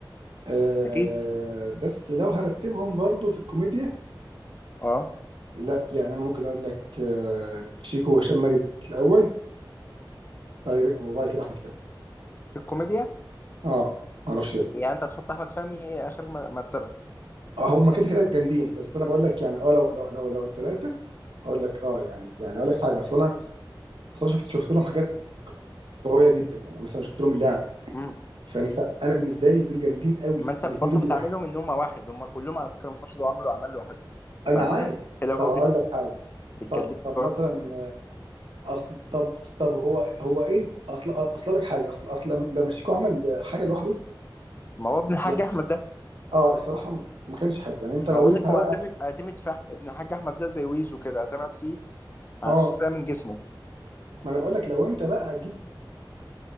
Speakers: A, on the right; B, on the left.
A: آه
B: اكيد
A: بس لو هرتبهم برضو في الكوميديا
B: اه
A: لا يعني انا ممكن اقول لك آه شيكو وهشام ماجد الاول بعد- وبعد كده احمد فهمي
B: في الكوميديا
A: اه ما اعرفش ليه
B: يعني انت هتحط احمد فهمي اخر مر- مرتبه
A: آه، هم كده كده جامدين بس انا بقول لك يعني اه لو لو لو لو الثلاثه هقول لك اه يعني يعني اقول لك حاجه اصل انا اصل انا شفت شفت لهم حاجات قويه جدا يعني مثلا شفت لهم اللعبه
B: امم
A: فانت انا بالنسبه لي دول جامدين قوي
B: ما انت
A: الاثنين
B: برضو
A: دول بيضحكوا
B: بتعاملهم ان هم واحد هم كلهم على فكره انفصلوا وعملوا اعمال لوحدهم
A: انا
B: فلو
A: عارف
B: انا لو
A: طب اقول
B: بت-
A: لك حاجه
B: بتكلمني
A: طب طب
B: برضه
A: مثلا آه، اصل طب طب هو هو ايه ال- اصل اصل لك حاجه اصل اصل لما لما شيكو عمل حاجه لوحده
B: ما هو ابن الحاج
A: يعني
B: احمد ده
A: اه الصراحه م- ما كانش حلو يعني انت لو
B: ما بقول
A: انت
B: لك
A: بقى
B: هو اعتمد اعتمد في أح- ابن الحاج احمد ده زي ويزو كده اعتمد فيه على
A: اه
B: السفلة من جسمه
A: ما انا بقول لك لو انت بقى هتجيب